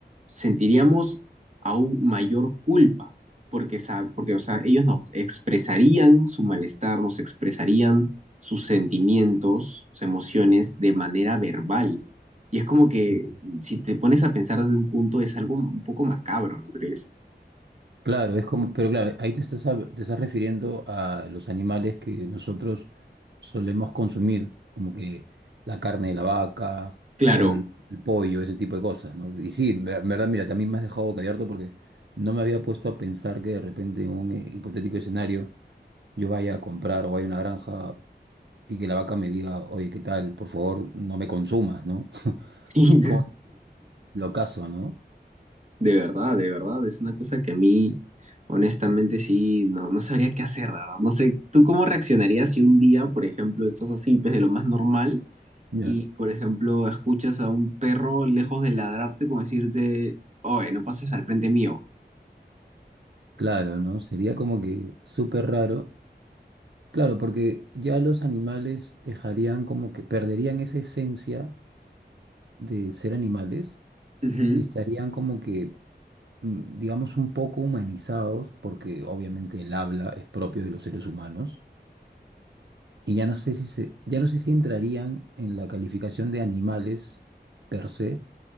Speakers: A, on the right; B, on the right.
A: sentiríamos aún mayor culpa, porque, sa- porque o sea, ellos no expresarían su malestar, nos expresarían sus sentimientos, sus emociones de manera verbal. Y es como que
B: Ujú.
A: si te pones a pensar desde un punto es algo un poco macabro, ¿no crees?
B: Claro, es como, pero claro, ahí te estás, hab- te estás refiriendo a los animales que nosotros solemos consumir, como que la carne de la vaca
A: Claro,
B: o el, el pollo, ese tipo de cosas, ¿no? Y sí, en ver- en verdad, mira, también me has dejado boquiabierto porque no me había puesto a pensar que de repente en un eh, hipotético escenario yo vaya a comprar o vaya a una granja y que la vaca me diga, oye, ¿qué tal? Por favor, no me consumas, ¿no? <laughs>
A: <laughs> sí,
B: Como lo caso, ¿no?
A: De verdad, de verdad, es una cosa que a mí, honestamente, sí, no, no sabría qué hacer, de verdad. No sé, ¿tú cómo reaccionarías si un día, por ejemplo, estás así, pues de lo más normal,
B: Ya.
A: y, por ejemplo, escuchas a un perro lejos de ladrarte como decirte, oye, no pases al frente mío?
B: Claro, ¿no? Sería como que súper raro. Claro, porque ya los animales dejarían como que perderían esa esencia de ser animales
A: Ujú.
B: y estarían como que, mm, digamos, un poco humanizados, porque obviamente el habla es propio de los seres humanos. Y ya no sé si se, ya no sé si entrarían en la calificación de animales per se,